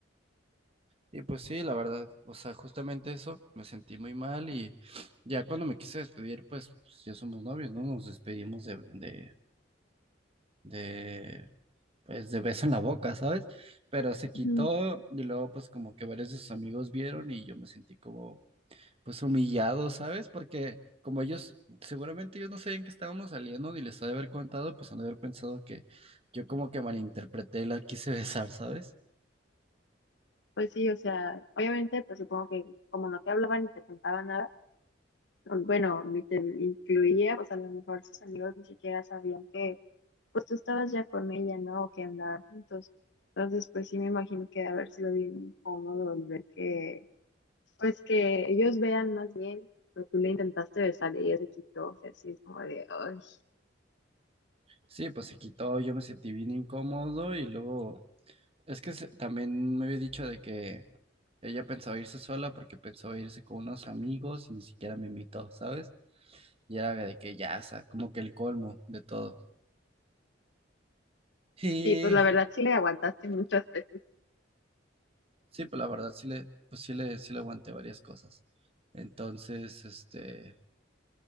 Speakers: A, on the right; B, on the left.
A: Y pues sí, la verdad, o sea, justamente eso, me sentí muy mal y <sniffs> ya cuando me quise despedir, pues, pues, ya somos novios, ¿no? Nos despedimos de, de, de, pues, de beso en la boca, ¿sabes? Pero se quitó
B: Ujú.
A: y luego, pues, como que varios de sus amigos vieron y yo me sentí como, pues humillado, ¿sabes? Porque como ellos, seguramente ellos no sabían que estábamos saliendo ni les ha de haber contado, pues han de haber pensado que yo como que malinterpreté y la quise besar, ¿sabes?
B: Pues sí, o sea, obviamente, pues supongo que como no te hablaban ni te contaban nada, bueno, ni te incluía, pues a lo mejor sus amigos ni siquiera sabían que, pues tú estabas ya con ella, ¿no? O que andaban juntos. Entonces, pues sí me imagino que ha de haber sido bien incómodo el ver que, pues que ellos vean más bien, pero tú le intentaste besar y ella se quitó, o sea, así es como de, ay.
A: Sí, pues se quitó, yo me sentí bien incómodo y luego, es que se- también me había dicho de que ella pensaba irse sola porque pensaba irse con unos amigos y ni siquiera me invitó, ¿sabes? Y era de que ya, o sea, como que el colmo de todo. Y
B: Sí, pues la verdad sí le aguantaste muchas veces.
A: Sí, pues la verdad sí le, pues sí le, sí le aguanté varias cosas. Entonces, este,